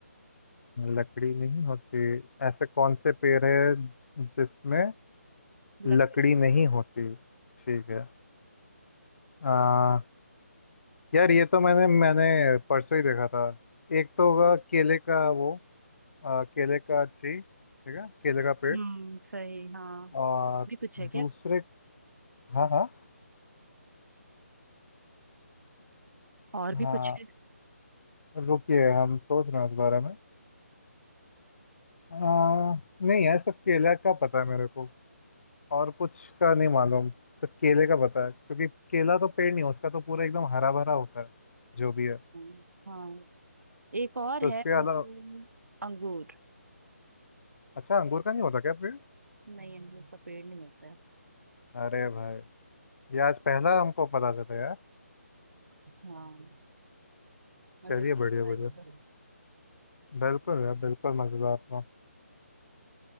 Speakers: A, on the left; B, on the right.
A: लकड़ी नहीं होती ऐसे कौन से पेड़ है जिसमें
B: लकड़ी
A: लकड़ी नहीं होती ठीक है आ, यार ये तो मैंने मैंने परसों ही देखा था एक तो होगा केले का वो आ, केले का ट्री ठीक है केले का पेड़
B: हम्म सही हाँ
A: और
B: भी कुछ है क्या
A: दूसरे हाँ हाँ
B: और
A: हाँ
B: भी कुछ है
A: रुकिए हम सोच रहे हैं इस बारे में आ, नहीं है सिर्फ केला का पता है मेरे को और कुछ का नहीं मालूम सिर्फ केले का पता है क्योंकि केला तो पेड़ नहीं है उसका तो पूरा एकदम हरा भरा होता है जो भी है
B: हम्म, हाँ एक और
A: तो
B: है
A: उसके
B: वो
A: अलावा
B: अंगूर
A: अच्छा अंगूर का नहीं होता क्या पेड़
B: नहीं अमरूद का पेड़ नहीं होता है
A: अरे भाई ये आज पहला हमको पता चला यार
B: हाँ मजेदार
A: चलिए बढ़िया
B: था
A: बढ़िया
B: ये तो
A: बिल्कुल यार बिल्कुल मजेदार था